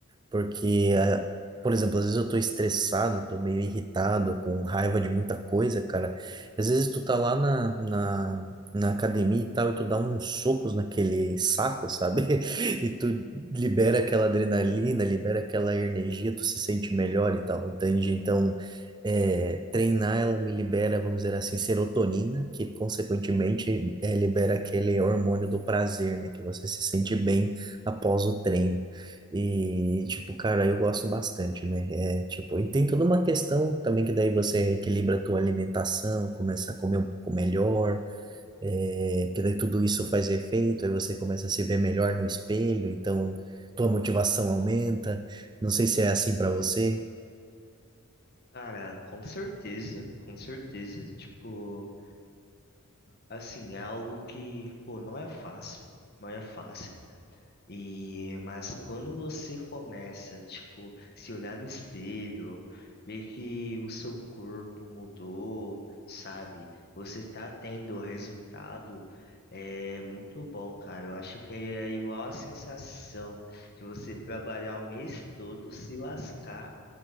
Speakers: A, on the right; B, on the left.
A: Porque, ah, por exemplo, às vezes eu tô estressado, tô meio irritado, com raiva de muita coisa, cara. Às vezes tu tá lá na, na, na academia e tal, e tu dá uns socos naquele saco, sabe? <laughs> E tu libera aquela adrenalina, libera aquela energia, tu se sente melhor e tal, entende? Então, é, treinar, ela me libera, vamos dizer assim, serotonina, que consequentemente é, libera aquele hormônio do prazer, né? Que você se sente bem após o treino. E, tipo, cara, eu gosto bastante, né? É, tipo, e tem toda uma questão também que daí você equilibra a tua alimentação, começa a comer um pouco melhor, é, que daí tudo isso faz efeito, aí você começa a se ver melhor no espelho, então tua motivação aumenta. Não sei se é assim pra você.
B: Cara, com certeza, com certeza. Tipo, assim, é algo que, pô, não é fácil, não é fácil. E, mas quando você começa, tipo, se olhar no espelho, ver que o seu corpo mudou, sabe? Você tá tendo resultado, é muito bom, cara. Eu acho que é igual a sensação de você trabalhar o mês todo, se lascar